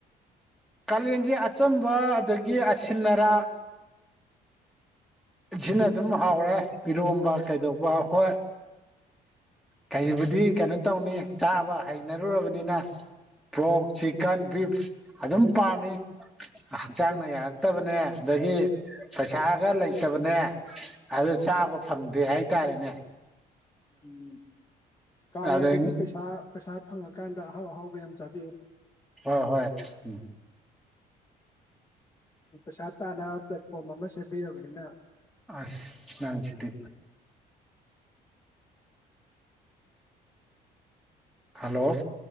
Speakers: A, in the centre; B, on the left (about 20°).
A: ꯀꯥꯂꯦꯟꯁꯦ ꯑꯆꯝꯕ ꯑꯗꯒꯤ ꯑꯁꯤꯜ ꯑꯔꯥꯛ ꯁꯤꯅ ꯑꯗꯨꯝ ꯍꯥꯎꯔꯦ ꯏꯔꯣꯝꯕ ꯀꯩꯗꯧꯕ ꯍꯣꯏ ꯀꯩꯕꯨꯗꯤ ꯀꯩꯅꯣ ꯇꯧꯅꯤ ꯆꯥꯕ ꯍꯩꯅꯔꯨꯔꯕꯅꯤꯅ ꯄ꯭ꯣꯔꯛ ꯆꯤꯛꯀꯟ ꯕꯤꯐ ꯑꯗꯨꯝ ꯄꯥꯝꯃꯤ ꯍꯛꯆꯥꯡꯅ ꯌꯥꯔꯛꯇꯕꯅꯦ ꯑꯗꯒꯤ ꯄꯩꯁꯥꯒ ꯂꯩꯇꯕꯅꯦ ꯑꯗꯣ ꯆꯥꯕ ꯐꯪꯗꯦ ꯍꯥꯏꯇꯥꯔꯦꯅꯦ
B: ꯎꯝ ꯀꯥꯔꯤꯌꯥꯗꯒꯤ
A: ꯑꯗꯩ
B: ꯄꯩꯁꯥ ꯄꯩꯁꯥ ꯐꯪꯉꯀꯥꯟꯗ ꯑꯍꯥꯎ ꯑꯍꯥꯎꯕ ꯌꯥꯝ ꯆꯥꯕꯤꯌꯨ
A: ꯍꯣꯏ ꯍꯣꯏ ꯎꯝ
B: ꯄꯩꯁꯥ ꯇꯥꯟꯅ ꯄ꯭ꯂꯦꯠꯐꯣꯝ ꯑꯃ ꯁꯦꯝꯕꯤꯔꯕꯅꯤꯅ
A: ꯑꯁ ꯅꯪꯁꯤꯗꯤ ꯍꯜꯂꯣ